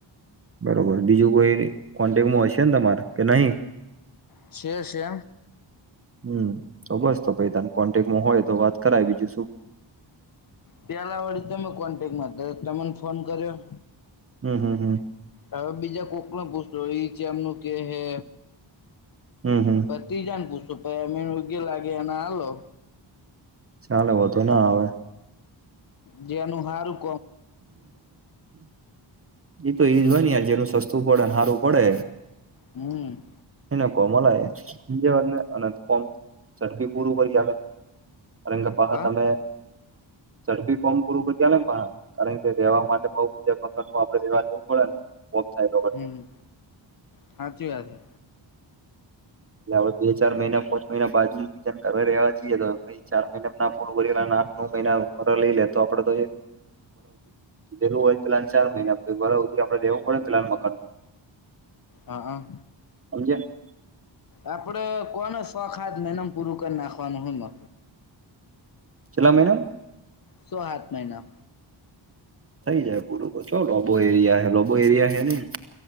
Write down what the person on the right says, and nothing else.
બરોબર બીજું કોઈ કોન્ટેકમાં હશે ને તમારા કે નહી
હમ તો બસ તો પ તને કોન્ટેકમાં હોય તો વાત કરાય બીજું શું
હમ હમ હમ
હમ હમ
ચાલે વધુ ના આવે
એતો એજ હોય ને જેનું સસ્તું પડે સારું પડે
એ કોમલા ને અને કો ડી પૂરું કરી ચલે રંગપા
તમે ઝડપી કોમ પૂરું પ્યાને પણ કારણ કે રેવા માટે બઉ બીજામાં આપેવા જવું પડે ને થાય
એટ હ બે ચાર મહિના પાંચ મહિના બાજુજન કરવા રહ્યા છીએ તો ચાર મહિના ના પૂરું ભલા આઠ નવ મહિના વ લઈ લે તો આપડે તો એ પેરું હોય પલાન ચાર મહિના પ બધ આપેવું પડને પલાન મકાનમાં
હમજ્યા
કેટલા મહીના
થઈ જાય પૂરું તો ચો લોબો એરિયા હે લોબો એરિયા હે નહ